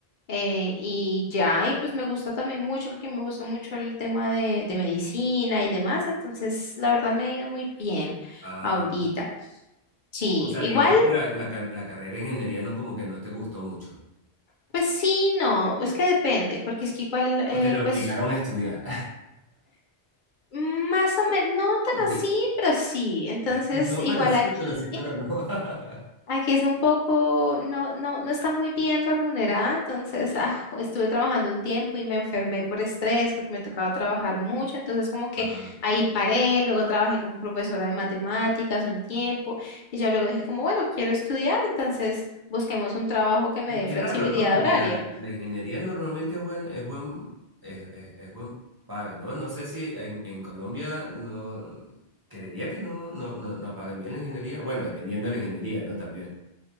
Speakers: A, on the left; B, on the right.
A: Eh, y ya, y pues me gusta también mucho porque me gusta mucho el tema de, de medicina y demás, entonces la verdad me ha ido muy bien
B: Ah,
A: ahorita. Sí,
B: o sea,
A: igual,
B: digamos que la, la car- la carrera de ingeniería no como que no te gustó mucho.
A: pues sí, no, es que depende, porque es que igual, eh,
B: O te la obligaron
A: pues
B: a estudiar.
A: más o menos, no tan
B: <laughs>
A: así, pero sí, entonces
B: No,
A: igual
B: pero sí,
A: aquí.
B: pero sí, pero no. <laughs>
A: Aquí es un poco, no, no, no está muy bien remunerada, entonces ah, estuve trabajando un tiempo y me enfermé por estrés porque me tocaba trabajar mucho, entonces como que
B: Ajá.
A: ahí paré, luego trabajé como profesora de matemáticas un tiempo y ya luego dije como, bueno, quiero estudiar, entonces busquemos un trabajo que me
B: Y
A: dé
B: qué
A: flexibilidad
B: raro, ¿no? Porque
A: horaria.
B: la, la ingeniería normalmente es buen, es buen, es, es- es buen paga, ¿no? No sé si en, en Colombia no creería que no, no, no, no pagan bien la ingeniería. Bueno, dependiendo de la ingeniería, ¿no? También.